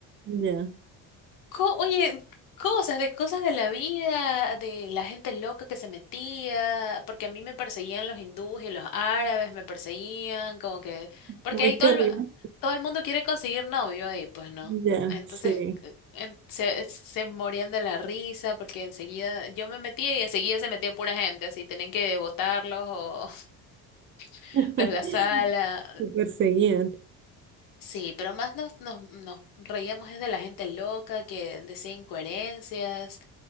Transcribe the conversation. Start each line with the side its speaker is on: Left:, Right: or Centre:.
Right: ya.
Left: Co- oye, cosas de cosas de la vida, de la gente loca que se metía, porque a mí me perseguían los hindúes y los árabes me perseguían, como que, porque
Right: Muy
Left: ahí todo
Right: cargado
Left: el, todo el mundo quiere conseguir novio ahí, pues no.
Right: Ya,
Left: Entonces
Right: sí.
Left: eh, en- se, se morían de la risa porque enseguida yo me metía y enseguida se metía pura gente, así tenían que botarlos o <laughs>
Right: <laughs>
Left: de la sala.
Right: te perseguían.
Left: Sí, pero más nos, nos, nos reíamos es de la gente loca que decía incoherencias.